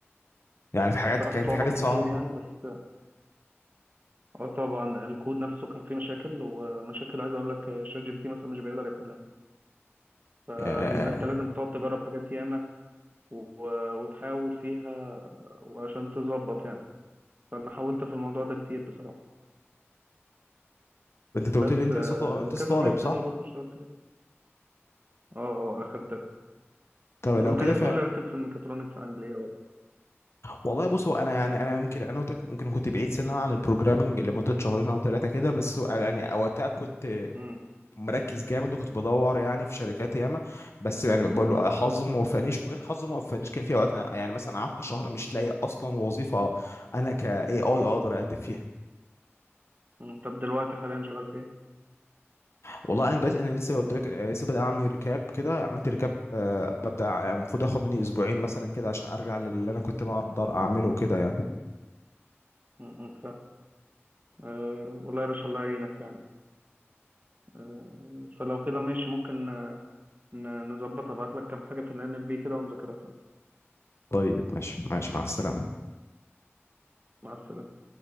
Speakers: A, on the left; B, on the right.
A: يعني في حاجات
B: بصراحه
A: كان
B: صعوبات
A: في حاجات
B: كتير
A: صعبه
B: يعني بس اه طبعا الكود نفسه كان فيه مشاكل ومشاكل عايز اقول لك شات جي بي تي مثلا مش بيقدر يحلها فبيبقى
A: آه،
B: انت لازم تقعد تجرب حاجات ياما و- وتحاول فيها وعشان تظبط يعني فانا حاولت في الموضوع ده كتير بصراحه
A: انت
B: بس
A: قلت لي انت
B: آه،
A: لسه طا- انت لسه
B: كذا
A: طالب
B: حاجه تانية
A: صح؟
B: برضو اشتغلت فيها اه اه اخدت
A: طب لو
B: طب انت
A: كده
B: ليه بتقول لي ركز في الميكاترونكس عن ليه اه
A: والله بص هو انا يعني انا يمكن انا وت- ممكن كنت بعيد سنه عن البروجرامنج لمده شهرين او ثلاثه كده بس و- يعني وقتها كنت
B: امم
A: مركز جامد وكنت بدور يعني في شركات ياما بس يعني بقول له حظي ما وفقنيش وغير حظي ما وفقنيش كان في اوقات أنا- يعني مثلا قعدت شهر مش لاقي اصلا وظيفه انا ك اي اي اقدر اقدم فيها
B: أمم. طب دلوقتي حاليا شغال في ايه
A: والله انا دلوقتي انا لسه قلت لك آه، لسه بدأ اعمل ريكاب كده عملت ريكاب آه، ببدا آه، المفروض اخد مني اسبوعين مثلا كده عشان ارجع للي انا كنت بقدر اعمله كده يعني
B: م- م، فاهم أه والله يا باشا الله يعينك يعني أه فلو كده ماشي ممكن آه، ن- نظبطها ابعت لك كام حاجة في ال NLP كده ونذاكرها سوا
A: طيب ماشي ماشي مع السلامه
B: مع السلامة